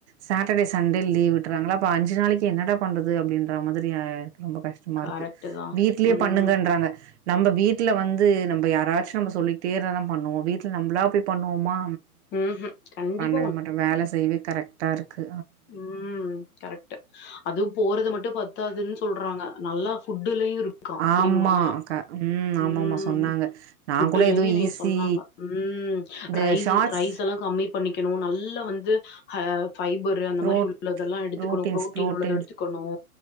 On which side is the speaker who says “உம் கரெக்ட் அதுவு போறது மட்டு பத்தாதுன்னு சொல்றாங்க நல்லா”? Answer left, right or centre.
Left